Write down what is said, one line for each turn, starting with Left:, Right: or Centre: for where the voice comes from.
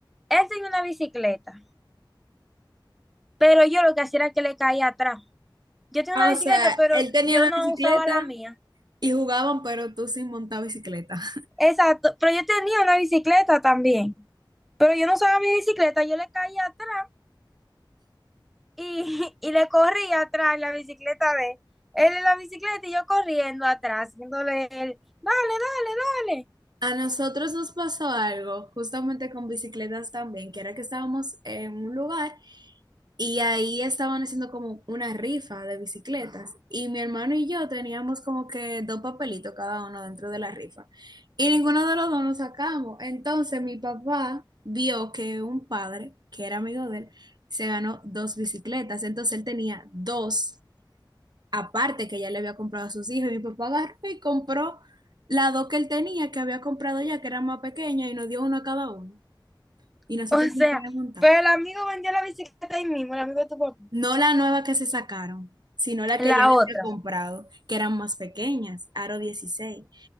Centre: él tenía una bicicleta, pero yo lo que hacía era que le caía atrás. Yo tenía
Right: Ah,
Centre: una bicicleta,
Right: o sea,
Centre: pero
Right: él tenía
Centre: yo
Right: la
Centre: no
Right: bicicleta
Centre: usaba la mía.
Right: y jugaban, pero tú sin montar bicicleta. <laughs>
Centre: Exacto, pero yo tenía una bicicleta también, pero yo no usaba mi bicicleta, yo le caía atrás y, <laughs> y le corría atrás en la bicicleta de él. Él en la bicicleta y yo corriendo atrás, haciéndole él, dale, dale, dale.
Right: A nosotros nos pasó algo, justamente con bicicletas también, que era que estábamos en un lugar Y ahí estaban haciendo como una rifa de bicicletas. Y mi hermano y yo teníamos como que dos papelitos cada uno dentro de la rifa. Y ninguno de los dos nos sacamos. Entonces mi papá vio que un padre, que era amigo de él, se ganó dos bicicletas. Entonces él tenía dos aparte que ya le había comprado a sus hijos. Y mi papá agarró y compró las dos que él tenía, que había comprado ya, que eran más pequeñas, y nos dio uno a cada uno. Y
Centre: <laughs>
Right: nosotros
Centre: O
Right: nos
Centre: sea,
Right: montar.
Centre: pero el amigo vendió la bicicleta ahí mismo, el amigo de tu papá.
Right: No la nueva que se sacaron, sino la
Centre: La
Right: que ya le
Centre: otra.
Right: había comprado, que eran más pequeñas, Aro dieciséis